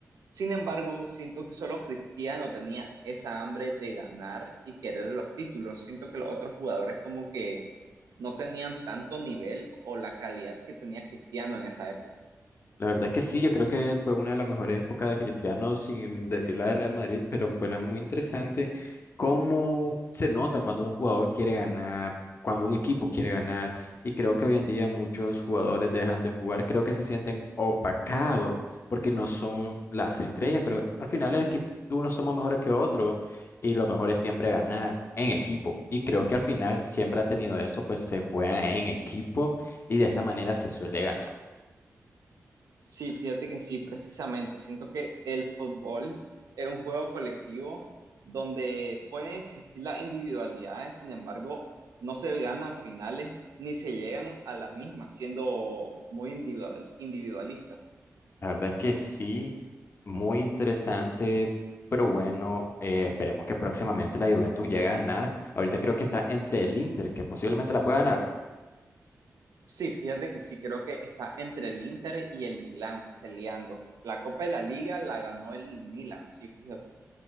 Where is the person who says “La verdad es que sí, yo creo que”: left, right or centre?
Left